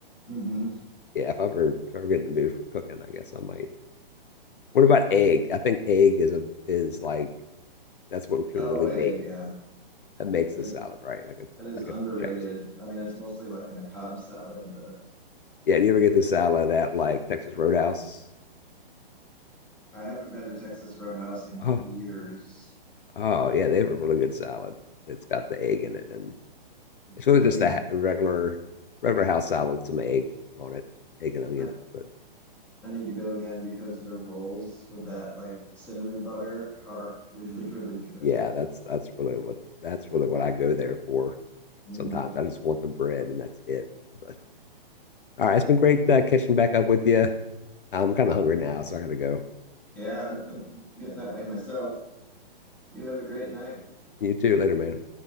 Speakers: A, in the centre; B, on the left.
A: hmm
B: yeah, if I ever if I ever get in the mood for cooking, I guess I might. What about egg? I think egg is a is like that's what we can
A: Oh,
B: really
A: egg,
B: make
A: yeah.
B: that makes the
A: There's
B: salad, right? Like a
A: That is
B: like
A: underrated.
B: a chips.
A: I mean, it's mostly like in a Cobb salad, but
B: Yeah, do you ever get the salad at like Texas Roadhouse?
A: I haven't been to Texas Roadhouse in
B: Oh,
A: years.
B: Oh yeah, they have a really good salad. It's got the egg in it, and it's really
A: But I
B: just
A: need
B: a ha- regular, regular house salad with some egg on it, egg and onion.
A: I,
B: But
A: I need to go again because their rolls with that like cinnamon butter are really, <laughs> really good.
B: yeah, that's that's really what that's really what I go there for.
A: hmm
B: Sometimes I just want the bread, and that's it. But all right, it's been great uh, catching back up with you. I'm kind of hungry now, so I gotta go.
A: Yeah, I'm, I'm getting that way myself. You have a great night.
B: You too. Later, man.